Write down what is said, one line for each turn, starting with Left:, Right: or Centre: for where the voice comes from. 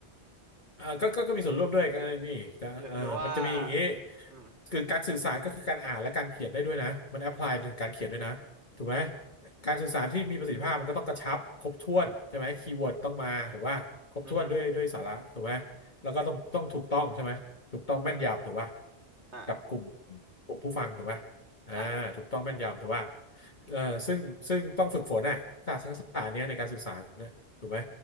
Left: อ่าก็ก็ก็มีส่วนร่วมด้วยกันนี่จะเออมันจะมีอย่างนี้
Right: หรือหรือว่าอืม
Left: คือการสื่อสารก็คือการอ่านและการเขียนได้ด้วยนะ มันแอพพลายถึงการเขียนด้วยนะถูกไหม การสื่อสารที่มีประสิทธิภาพมันก็ต้องกระชับครบถ้วนใช่ไหมคีย์เวิร์ดต้องมาหรือว่าครบถ้วนด้วยด้วยสาระถูกไหมแล้วก็ต้องต้องถูกต้องใช่ไหม
Right: อือฮึ
Left: ถูกต้องแม่นยำถูกป่ะ
Right: อ่า
Left: กับกลุ่มกลุ่มผู้ฟังถูกป่ะอ่าถูกต้องแม่นยำถูกป่ะ
Right: ใช่
Left: เออซึ่งซึ่งต้องฝึกฝนอ่ะศาสตร์ทักษะเนี้ยในการสื่อสารนะถูกไหม